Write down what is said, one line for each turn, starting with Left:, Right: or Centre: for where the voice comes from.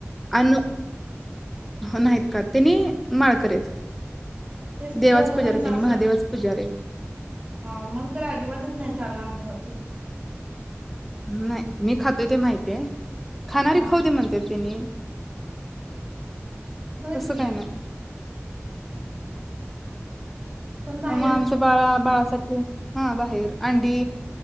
Centre: अन नाहीत का त्यांनी माळकरी आहेत.
Right: तेच की
Centre: देवाच
Right: दोघं
Centre: पुजारी
Right: पण
Centre: आहेत
Right: सासू
Centre: त्यांनी
Right: सासरा
Centre: महादेवाच पुजारी आहेत.
Right: हा., मगं तर अजिबातच नाही चालणार घरात तुमच्या.
Centre: नाही मी खातो ते माहिती आहे, खानारी
Right: हा
Centre: खाऊ दे म्हणतात तेन्ही
Right: होयच
Centre: तसं काय
Right: की.
Centre: नाही.
Right: पण बाहेर
Centre: मगं आमच बाळा बाळा हा बाहेर अंडी